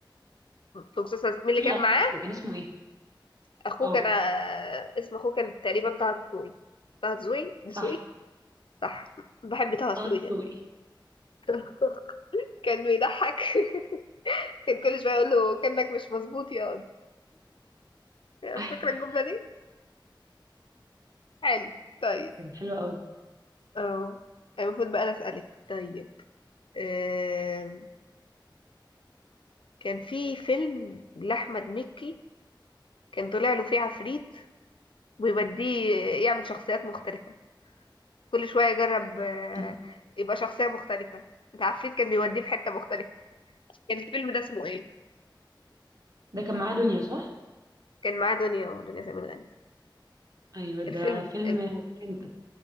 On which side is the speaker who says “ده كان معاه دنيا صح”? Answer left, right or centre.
Right